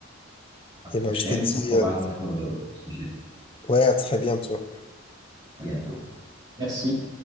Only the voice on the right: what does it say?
la prochaine
pour
un autre sujet.
À bientôt. Merci.